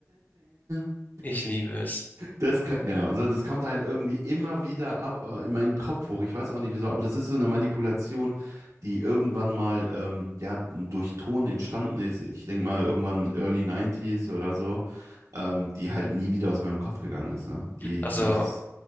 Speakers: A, on the right (about 80°); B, on the left (about 35°).
A: <laughs>
B: Ich liebe es.
A: Das, kann- genau, also das kommt halt irgendwie immer wieder ab, äh, in meinen Kopf hoch. Ich weiß auch nicht wieso, aber das ist so eine Manipulation, die irgendwann mal ähm, ja, durch Ton entstanden ist. Ich denke mal irgendwann Early 90 oder so, ähm, die halt nie wieder aus meinem Kopf gegangen ist. Ne? Die,
B: Also,
A: die ist.